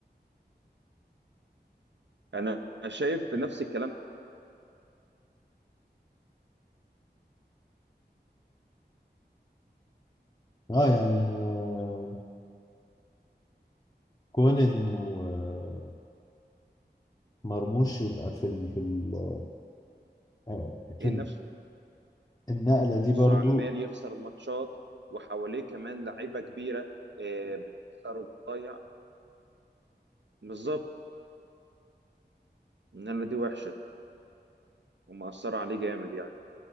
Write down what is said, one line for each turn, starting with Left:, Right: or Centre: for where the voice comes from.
Right: انا شايف نفس الكلام
Left: اه يعني آه، كون انه آه، مرموش يبقى في ال... في ال... آه، في
Right: نفس
Left: النقله دي برضو
Right: نفسه عمال يخسر ماتشات وحواليه كمان لعيبه كبيره آه، بتخسر وبتضيع بالظبط انما دي وحشه ومأثره عليه جامد يعني